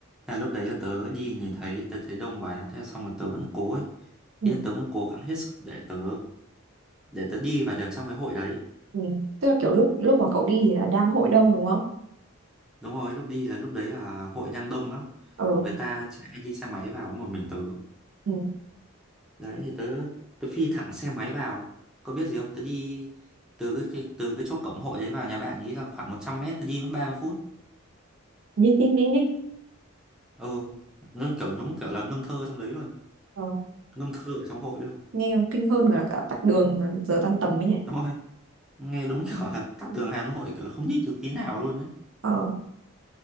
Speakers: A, in the centre; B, on the right.
A: Thế là lúc đấy là tớ đi nhìn thấy tớ thấy đông quá, thế là xong rồi tớ vẫn cố ấy.
B: Ừ.
A: Ý là tớ vẫn cố gắng hết sức để tớ để tớ đi và được trong cái hội đấy.
B: Ừ. Tức là kiểu lúc lúc mà cậu đi thì là đang hội đông đúng không?
A: Đúng rồi, lúc đi là lúc đấy là hội đang đông lắm.
B: Ờ.
A: Người ta chạy đi xe máy vào có một mình tớ.
B: Ừ.
A: đấy thì tớ tớ phi thẳng xe máy vào có biết gì không tớ đi từ cái, cái từ cái chỗ cổng hội đấy vào nhà bạn ý là khoảng một trăm mét tớ đi mất ba mươi phút
B: Nhích nhích nhích nhích.
A: ừ nó kiểu đúng kiểu là ngâm thơ trong đấy luôn
B: Ờ.
A: ngâm thơ ở trong hội luôn
B: Nghe còn kinh hơn là cả tắc đường mà giờ tan tầm mới nhỉ.
A: đúng rồi nghe đúng kiểu là tắc đường Hà Nội kiểu là không nhích được tí nào luôn đấy
B: Ờ.